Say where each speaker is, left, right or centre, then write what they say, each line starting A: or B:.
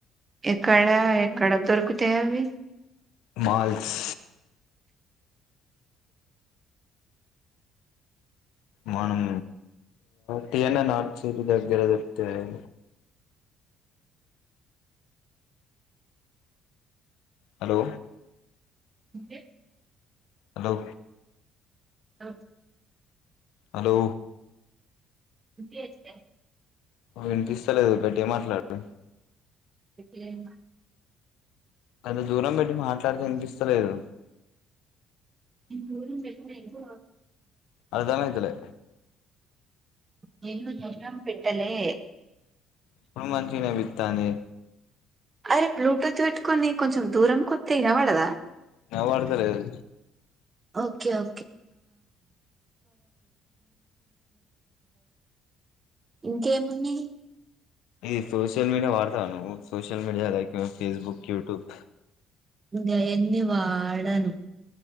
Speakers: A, on the right; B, on the left.
A: ఎక్కడ ఎక్కడ దొరుకుతాయ్ అవి
B: మాల్స్ మనం టి ఎన్ ఎ నార్ చెట్టు దగ్గర దొరికుతాయ్ హలో
A: అంటే
B: హలో
A: హలో
B: హలో
A: ఇంకేంటి
B: ఆ వినిపిస్తలేదు గట్టిగ మాట్లాడు
A: ఎట్టేయ్
B: అంత దూరం పెట్టి మాట్లాడితే వినిపిస్తలేదు
A: నేను దూరం పెట్టలేదు
B: అర్దమయితలే
A: నేను దూరం పెట్టలే
B: ఇప్పుడు మంచిగ వినిపిత్తాంది
A: అరే బ్లూటూత్ పెట్టుకొని కొంచెం దూరం కొత్తే ఇనబడదా
B: వినబడతలేదు
A: ఓకే <inaudible> ఇంకేముంది
B: ఇది సోషల్ మీడియా వాడతా ను్వు social media like Facebook YouTube
A: గాయన్ని ఎన్ని వాడను